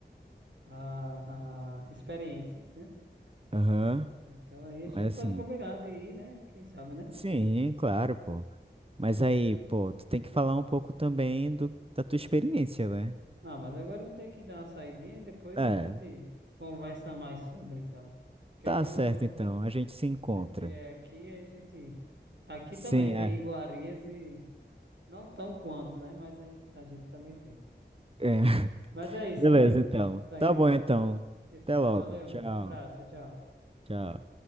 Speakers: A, on the right; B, on the right.
A: a, a experiências, né?
B: aham.
A: Então aí a
B: Mas
A: gente pode
B: assim,
A: combinar de ir, né? Quem sabe, né?
B: sim, claro, pô. Mas aí, pô, tu tem que falar um pouco também do, da tua experiência, né?
A: Ah, mas agora eu vou ter que dar uma saidinha e depois
B: É,
A: a gente conversa mais sobre, então. Porque
B: tá
A: quando
B: certo então, a gente se encontra.
A: você vier aqui, a gente. Aqui
B: Sim,
A: também tem
B: é.
A: iguarias e não tão quanto, né? Mas ain- a gente também tem.
B: é.
A: Mas é isso.
B: Beleza, então.
A: Saindo
B: Tá
A: aqui,
B: bom, então.
A: a gente se fala.
B: Até logo.
A: Valeu,
B: Tchau.
A: abraço, tchau, tchau.
B: Tchau.